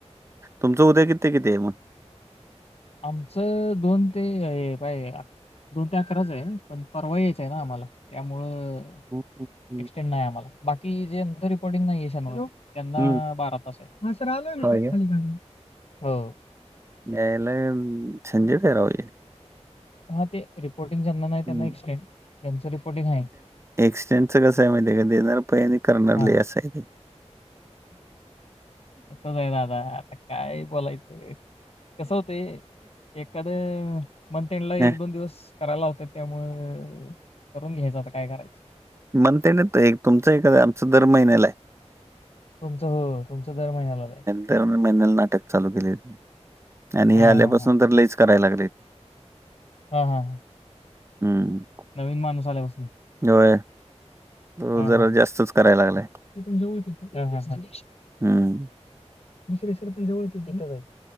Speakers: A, on the right (about 25°); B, on the left (about 60°).
A: तुमचं उद्या किती ते किती आहे मग?
B: आमचं दोन ते हे दोन ते अकराच आहे पण परवा यायच आहे ना आम्हाला त्यामुळं
A: <unintelligible>
B: एक्सटेंड नाही आम्हाला बाकी जेंच रिपोर्टिंग नाही शनिवारी त्यांना
A: हं. हं.
B: बारा तास आहे. हा सर आलोय मी
A: होय
B: खाली
A: का?
B: गाडी घेऊन. हो
A: च्यायल झंझट हाय राव ही.
B: हा ते रिपोर्टिंग ज्यांना नाही त्यांना
A: हं.
B: एक्सडेंट ज्याचं रिपोर्टिंग आहे
A: एक्सटेंडच कसं आहे माहिती आहे का देणार पई आणि करणार
B: हा
A: लय असाय ते.
B: तस नाही दादा आता काय बोलायचं कस होतय एक एखाद मंथएंडला एक
A: हं,
B: दोन दिवस करायला लावतात त्यामुळं करून घ्यायचं आता काय करायचं.
A: मंथ एंड तुमचं एकच आहे. आमचं दर महिन्याला आहे.
B: तुमचं हो तुमचं दर महिन्याला आहे.
A: दर महिन्याला नाटक चालू केले यांनी आणि
B: हा
A: हे
B: हा
A: आल्यापासून
B: हा
A: तर लईच करायला लागले.
B: <inaudible>
A: हम्म
B: नवीन माणूस आल्यापसन
A: होय तो
B: ह
A: जरा
B: ह
A: जास्तच करायला लागलाय.
B: ते पण जवळच आहे का? हं हं
A: हं.
B: दुसरें सर पण जवळच आहे तिथंच आहे.